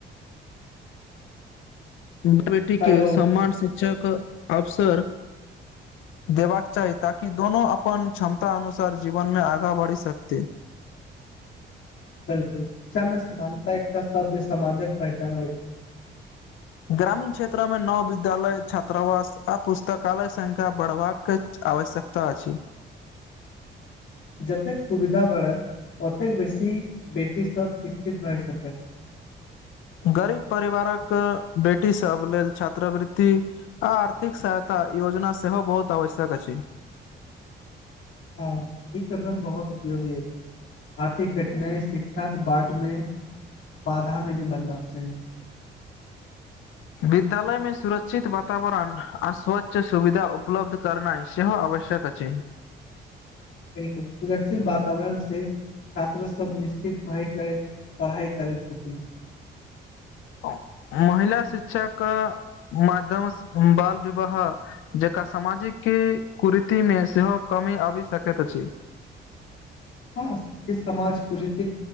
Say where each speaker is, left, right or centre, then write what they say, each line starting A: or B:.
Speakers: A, on the left (about 80°); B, on the left (about 65°).
A: बे <unintelligible> बेटी
B: हेलो
A: के समान शिक्षक अबसर देबाक चाही ताकि दोनो अपन क्षमता अनुसार जीवन मे आगाँ बढ़ि सकतै
B: बिलकुल शिक्षामे समानता एकटा सभ्य समाजक पहचान होइत अछि <inaudible>
A: ग्रामीण क्षेत्र मे नव विद्यालय छात्रावास आ पुस्तकालय संख्या बढ़बाक क आवश्यकता अछि।
B: जतेक सुविधा बढ़त ओतेक बेसी बेटी सभ शिक्षित भए सकत
A: गरीब परिवारक बेटी सब लेल छात्रवृति आ आर्थिक सहायता योजना सेहो बहुत आवश्यक अछि।
B: हँ ई कदम बहुत उपयोगी अछि। आर्थिक कठिनाइ शिक्षाक बाट मे बाधा नहि बनबाक चाही
A: विद्यालय मे सुरक्षित वातावरण आ स्वच्छ सुविधा उपलब्ध। करनाई सेहो आवश्यक अछि
B: बिलकुल सुरक्षित वातावरण से छात्र सब निश्चित भएके पढ़ाइ करै छथि
A: महिला शिक्षाके माध्यमसँ बाल विवाह जकरा सामाजिक कुरीतिमे सेहो कमी आबि सकैत अछि
B: हँ समाज कुरीति